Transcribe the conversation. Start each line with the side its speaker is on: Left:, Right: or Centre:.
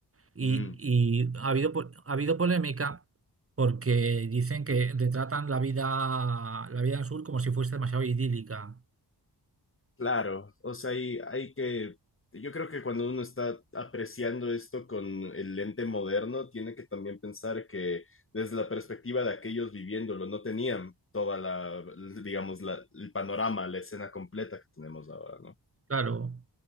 Right: Y,
Left: Mm,
Right: y ha habido, po- ha habido polémica porque dicen que retratan la vida, la vida en sur como si fuese demasiado idílica.
Left: claro, o sea, hay, hay que, yo creo que cuando uno está apreciando esto con el lente moderno, tiene que también pensar que desde la perspectiva de aquellos viviéndolo, no tenían toda la, digamos, la, el panorama, la escena completa que tenemos ahora, ¿no?
Right: Claro,